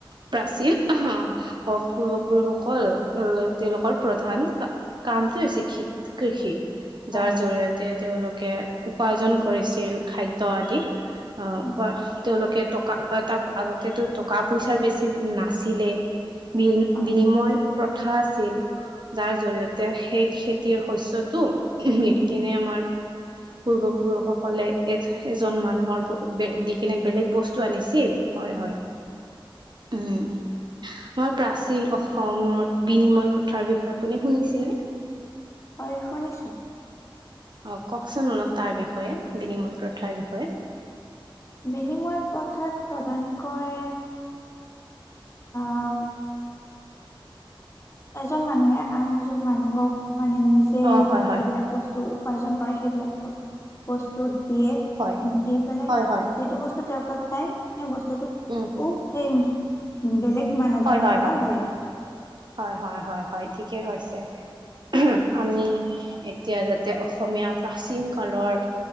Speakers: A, on the right; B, on the left.
A: প্ৰাচীন, <inaudible> অ', পূৰ্বপুৰুষসকল-ল, তেওঁলোকৰ প্ৰধান কা কামটো হৈছে খেত-কৃষি। যাৰ
B: হয়
A: জৰি়য়তে তেওঁলোকে উপাৰ্জন কৰিছিল, খাদ্য আদি। অ',
B: হয়
A: বা, তেওঁলোকে টকা-তাৰ আগতেতো টকা পইছাৰ বেছি নাছিলে, বিন-বিনিময়
B: হয়
A: প্ৰথা আছিল। যাৰ জৰিয়তে সেই খেতিৰ শস্যটো, নি কেনে আমাৰ পূৰ্বপুৰুষসকলে এ-এজন মানুহৰ প-বে-দি কেনে বেলেগ বস্তু আনিছিল। হয়, হয়, উম। আমাৰ প্ৰাচীন অসমত বিনিময় প্ৰথাৰ বিষয়ে আপুনি শুনিছেনে?
B: হয়, শুনিছোঁ।
A: অ', ক'কচোন অলপ তাৰ বিষয়ে, বিনিময় প্ৰথাৰ বিষয়ে।
B: বিনিময় প্ৰথাত প্ৰধানকৈ, আহ এজন মানুহে আন এজন মানুহক মানে, নিজে
A: অ হয় হয়
B: যিবিলাক বস্তু টো উপাৰ্জন কৰে সেইবিলাক বছ-বস্তু দিয়ে।
A: হয়
B: দি পেলাই
A: হয় হয়
B: যিটো বস্তু তেওঁৰ তাত পায়, সেই বস্তুটোত
A: উম।
B: টো সেই, বেলেগ মানুহজনৰ
A: হয় হয়
B: পৰা
A: হয়
B: লৈ আহে।
A: হয়, হয়, হয়, হয়, ঠিকে কৈছে। <inaudible> আমি, এতিয়া যাতে অসমীয়া প্ৰাচীন কালৰ